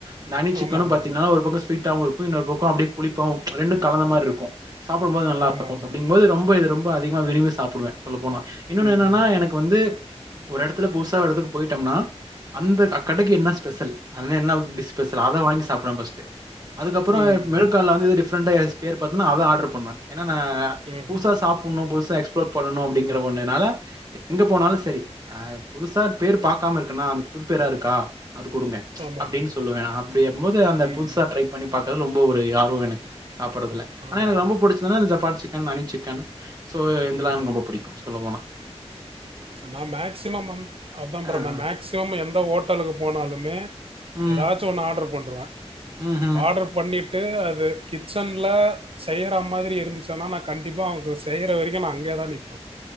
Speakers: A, on the right; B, on the right.
A: இந்த அனி சிக்கனு
B: ஆமா
A: பாத்தீங்கனா
B: ஆமா
A: ஒரு பக்கொ ஸ்வீட்டாவு இருக்கு இன்னொரு பக்கோ அப்டியே புளிப்பாவு ரெண்டு கலந்தமார் இருக்கு சாப்புடும்போது நல்லாருக்கு
B: ஆமா ஆமா
A: அப்பிடிங்போது
B: ஆமா ஆமா
A: ரொம்ப இது ரொம்ப அதிகமா விரும்பி சாப்புடுவ சொல்ல போனா இன்னொன்னு
B: ம்
A: என்னன்னா எனக் இப்ப வந்து ஒரு எடத்துல புதுசா ஒரு எடத்துக்கு போய்ட்டொம்னா அந்த க கடைக்கி என்ன ஸ்பெஷல் அங்க என்ன டிஸ் ஸ்பெஷல் அத வாங்கி சாப்புடுவே ஃபஸ்ட்டு அதுக்கப்பறோ
B: ம்
A: மெனுகாட்ல வந்து எது டிஃப்ரெண்ட்டா எதாச்சி பேர் பாத்தனா அத ஆடர் பண்ணுவே என்னா நா
B: ம்
A: புதுசா சாப் ஒன்னு புதுசா எக்ஸ்ப்ளோர் பண்ணணு அப்பிடிங்கற ஒன்னுனால எங்க போனாலு செரி ஆ ஆ புதுசா பேர் பாக்காம இருக்கன்னா அந்த புது பேரா இருக்கா அது குடுங்க
B: ஆமா
A: அப்டின்
B: ப்ரோ
A: சொல்லுவே அப்டியம் போது அந்த
B: ம்
A: புதுசா ட்ரை பண்ணி பாக்றது ரொம்ப ஒரு ஆர்வோ எனக்கு சாப்பட்றதுல
B: ஆமா
A: ஆனா எனக்கு
B: ப்ரோ
A: ரொம்ப புடிச்சதுனா இந்த ஜப்பான் சிக்கன் அனி சிக்கன் சோ இதெல்லா
B: ம்
A: எனக்கு ரொம்ப புடிக்கு சொல்ல போனா
B: நா மேக்சிமம் வந் அதா
A: அ,
B: ப்ரோ
A: அ.
B: நா மேக் மேக்சிமம் எந்த ஹோட்டலுக்கு போனாலுமே
A: ம்.
B: எதாச்சு ஒன்னு ஆர்டர் பண்ருவ
A: ம்ஹ்ம்.
B: ஆர்டர் பண்ணிட்டு அது கிச்சன்ல செய்யற மாதிரி இருந்துச்சுன்னா நா கண்டிப்பா அவ்ங்க செய்யற வரிக்கு நா அங்யேதா நிப்ப